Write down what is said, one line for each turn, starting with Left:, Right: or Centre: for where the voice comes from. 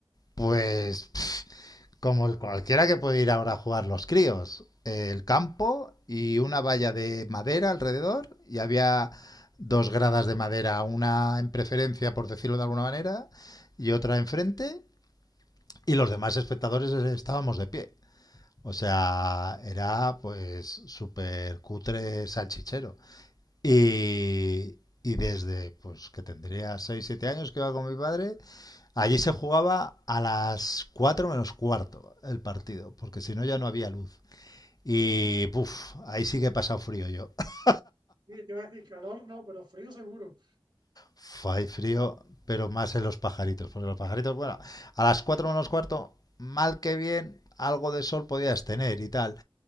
Left: pues como el cualquiera que puede ir ahora a jugar los críos, el campo y una valla de madera alrededor y había dos gradas de madera, una en preferencia por decirlo de alguna manera y otra enfrente y los demás espectadores estábamos de pie. O sea, era pues súper cutre salchichero. Y, y desde pues que tendría 6 7 años que iba con mi padre, allí se jugaba a las 4 menos cuarto el partido, porque si no ya no había luz. Y puf, ahí sí que he pasado frío yo. <laughs>
Right: Y te iba a decir calor, no, pero frío seguro.
Left: Uf, hay frío, pero más en los pajaritos, porque los pajaritos, bueno, a las 4 menos cuarto, mal que bien, algo de sol podías tener y tal.